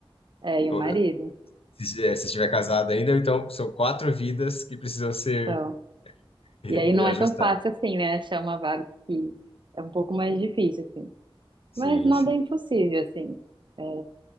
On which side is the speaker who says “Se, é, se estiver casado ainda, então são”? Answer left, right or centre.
Left